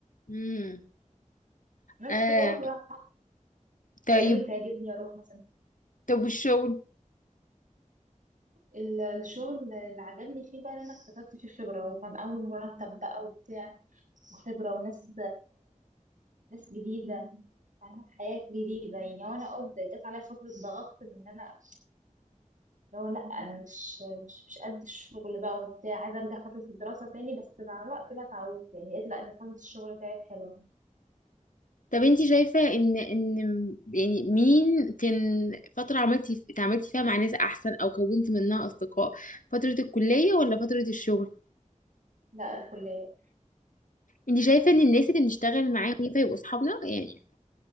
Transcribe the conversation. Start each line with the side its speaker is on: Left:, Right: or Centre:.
Left: امم
Right: بس
Left: آه
Right: كنت بحضر
Left: طيب
Right: الأيام اللي تعجبني أروح مثلا
Left: طب والشغل
Right: ال- الشغل اللي عجبني فيه بقى إن أنا اكتسبت فيه خبرة وكان أول مرتب بقى وبتاع وخبرة وناس ناس جديدة فاهمة حياة جديدة يعني وأنا قد جت عليا فترة ضغط من إن أنا اللي هو لا انا مش مش مش قد الشغل بقى وبتاع عايزه ارجع فتره الدراسه تاني بس مع الوقت بقى اتعودت يعني قلت لا ان فتره الشغل بتاعت حلوه
Left: طب انت شايفة ان ان يعني مين كان فترة عملتي اتعاملتي فيها مع ناس احسن او كونتي منها اصدقاء فترة الكلية ولا فترة الشغل
Right: لا الكليه
Left: انت شايفة ان الناس اللي بنشتغل معاهم ينفع يبقوا اصحابنا يعني